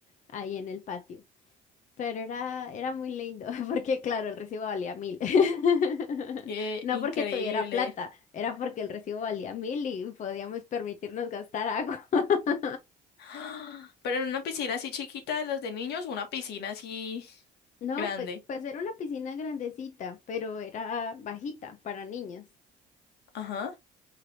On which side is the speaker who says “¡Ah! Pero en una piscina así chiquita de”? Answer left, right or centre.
Left